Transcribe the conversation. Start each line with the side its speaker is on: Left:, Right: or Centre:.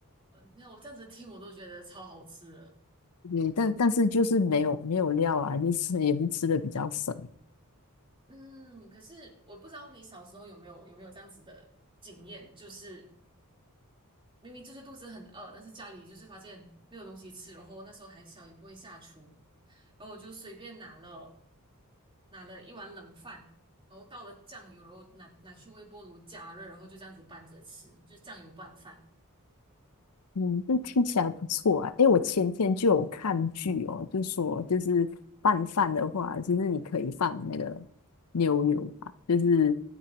Right: 你看我这样子听我都觉得超好吃的。
Left: 对，但但是就是没有没有料啊，就是也是吃的比较省。
Right: 嗯，可是我不知道你小时候有没有有没有这样子的经验，就是明明就是肚子很饿，但是家里就是发现没有东西吃，然后那时候还小也不会下厨，然后我就随便拿了拿了一碗冷饭。然后倒了酱油，然后拿拿去微波炉加热，然后就这样子拌着吃，就是酱油拌饭。
Left: 嗯，这听起来不错啊！诶，我前天就有看剧哦，就说就是拌饭的话，就是你可以放那个牛油啊，就是